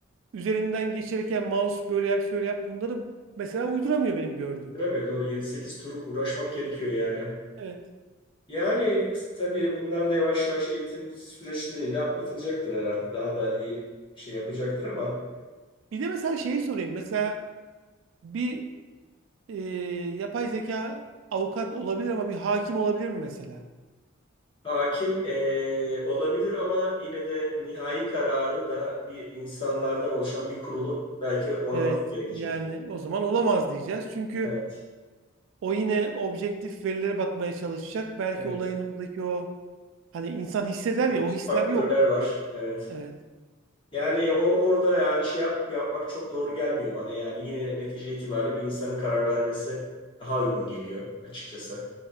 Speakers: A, on the right; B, on the left.
A: üzerinden geçirirken mouse böyle yap şöyle yap bunları mesela uyduramıyor benim gördüğüm.
B: Duramıyor doğru Yedi sekiz tur uğraşmak gerekiyor yani.
A: Evet.
B: Yani tabii bunlar da yavaş yavaş eğitim süreçleriyle atlatılacaktır herhalde. Daha da iyi şey yapacaktır ama
A: Bir de mesela şeyi sorayım. Mesela bir e, yapay zeka avukat olabilir ama bir hakim olabilir mi mesela?
B: hakim eee, olabilir ama yine de nihai kararı da bir insanlardan oluşan bir kurulun belki onaması
A: Evet.
B: gerekecek.
A: Yani o zaman olamaz diyeceğiz. Çünkü
B: Evet,
A: o yine objektif verilere bakmaya çalışacak. Belki
B: evet.
A: olayın oradaki o hani insan hisseder
B: Psikolojik
A: ya o hisler
B: faktörler
A: yok.
B: var. Evet.
A: Evet.
B: Yani o orada yani şey yap- yapmak çok doğru gelmiyor bana. Yani yine netice itibariyle bir insanın karar vermesi daha uygun geliyor açıkçası.